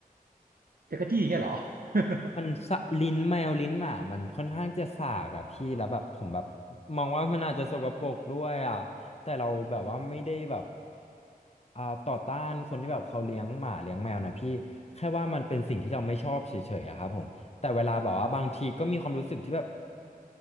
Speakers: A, on the right (about 75°); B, on the left (about 45°).
A: <laughs> จักรจี้อย่างเงี้ยเหรอ <laughs>
B: มันสะลิ้นแมวลิ้นหมามันค่อนข้างจะสากอ่ะพี่แล้วแบบผมแบบมองว่ามันอาจจะสกปรกด้วยอ่ะแต่เราแบบว่าไม่ได้แบบอ่าต่อต้านคนที่แบบเขาเลี้ยงหมาเลี้ยงแมวนะพี่แค่ว่ามันเป็นสิ่งที่เราไม่ชอบเฉยๆอะครับผมแต่เวลาแบบว่าบางทีก็มีความรู้สึกที่แบบ